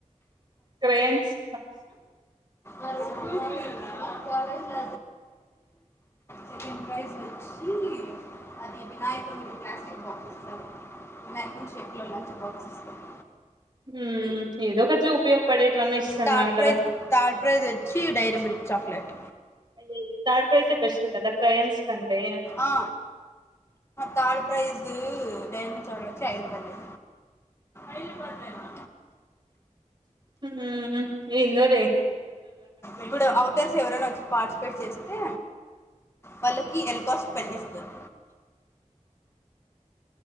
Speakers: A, on the right; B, on the left.
A: క్రేన్స్
B: అ స్కూల్ పిల్లోల్ల సెకండ్ ప్రైజ్ వచ్చి అది వినాయకుడి క్లాసిక్ బాక్స్ సార్ మ్యాకింగ్ షేప్లో లంచ్ బాక్స్ ఇస్తార్
A: ఉ ఏదో ఒకట్లే ఉపయోగపడేటవన్నా ఇస్తున్నారు
B: థర్డ్
A: కదా
B: ప్రైజ్ థర్డ్ ప్రైజ్ వచ్చి డైరీ మిల్క్ చాక్లేట్
A: అయ్యయ్యో థర్డ్ ప్రైజే బెస్ట్ కదా క్రయాన్స్ కంటే
B: ఆ third prize dairy milk chocolate వచ్చి ఐదు రూపాయలవే ఐదు రూపాయలవేనా
A: హ ఎందోలే
B: ఇప్పుడు ఔటర్స్ ఎవరైనా వచ్చి పార్టిసిపేట్ చేస్తే వాళ్ళకి ఎల్కోస్ పెన్ ఇస్తారు